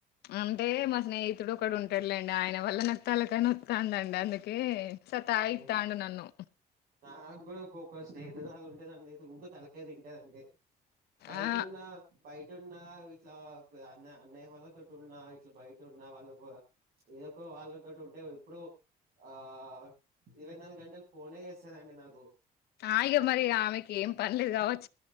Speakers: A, on the left; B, on the right.
A: అంటే మా స్నేహితుడు ఒకడు ఉంటాడులేండి ఆయన వల్ల తలకై నోత్తదండి అందుకే సతా
B: అయ్యో
A: ఇత్తాండు నన్ను
B: నాకు కూడా ఒక్కొక్క స్నేహితురాళ్లు ఉంటదండి ఊకే తలకైదిం లేదండి బయటున్న
A: ఆ
B: బయట ఉన్న ఇట్లా అన్న అన్నయ్య వాళ్ళతోటి ఉన్నా ఇట్లా బయట ఉన్న వాళ్ళ ఏదో ఒక వాళ్ళతోటి ఉంటే ఇప్పుడు ఆ ఇరవై నాలుగు గంటలు ఫోనేచేస్ దండి నాకు
A: ఆయగ మరి ఆమెకి ఏం పర్లేదు కావచ్